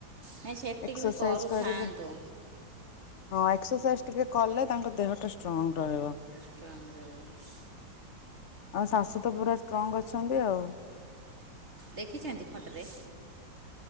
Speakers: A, on the right; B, on the left.
A: ନାଇଁ ସେତିକି
B: ଏକ୍ସରସାଇଜ
A: ବି କରୁଥାଆନ୍ତୁ।
B: କରିବେ। ହଁ ଏକ୍ସରସାଇଜ ଟିକେ କଲେ ତାଙ୍କ ଦେହ ଟା ଷ୍ଟ୍ରଙ୍ଗ ରହିବ।
A: ଷ୍ଟ୍ରଙ୍ଗ ରହିବ।
B: ଆଉ ଶାଶୁ ତ ପୁରା ଷ୍ଟ୍ରଙ୍ଗ ଅଛନ୍ତି ଆଉ।
A: ଦେଖି ଚନ୍ତି ଫଟରେ।